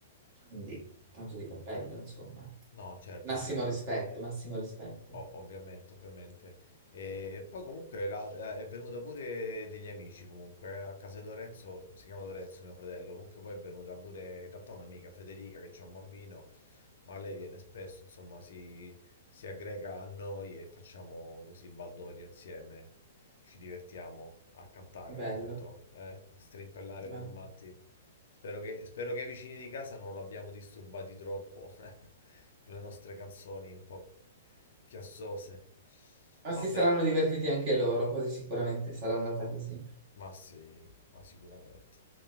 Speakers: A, on the right; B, on the left.
A: Quindi, tanto di cappello, insomma.
B: No, certo,
A: Massimo
B: certo.
A: rispetto, massimo rispetto.
B: O- ovviamente, ovviamente. E poi comunque la- la- è venuta pure degli amici comunque, eh, a casa di Lorenzo, si chiama Lorenzo mio fratello, comunque poi è venuta pure in realtà un'amica, Federica, che c'ha un bambino ma lei viene spesso, insomma, si, si aggrega a noi e facciamo così baldoria insieme. Ci divertiamo a cantare, appunto,
A: Bello,
B: eh? Strimpellare
A: bello.
B: come matti. Spero che, spero che i vicini di casa non l'abbiamo disturbati troppo <laughs> con le nostre canzoni un po' chiassose.
A: Ma
B: Vabbè,
A: si saranno divertiti anche loro, così sicuramente sarà andata così.
B: ma sì, ma sicuramente.